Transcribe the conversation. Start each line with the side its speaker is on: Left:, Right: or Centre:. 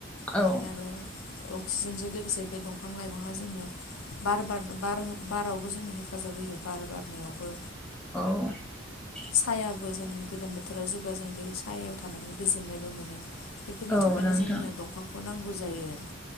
Left: बेखायनो
Centre: औ
Left: आरो अक्सिजेनजों लोगोसे बे दंफां लाइफाङा जोंनो बार बार बार बारावबो जोंनो हेफाजाब होयो बार बारनायावबो
Centre: औ
Left: साहायाबो जों गोलोम बोथोराव जेब्ला जों बे सायायाव थानानै गोजोननायबो मोनो बेफोरनि
Centre: औ
Left: थाखायनो
Centre: नोंथां
Left: जोंनो दंफांखौ नांगौ जायो आरो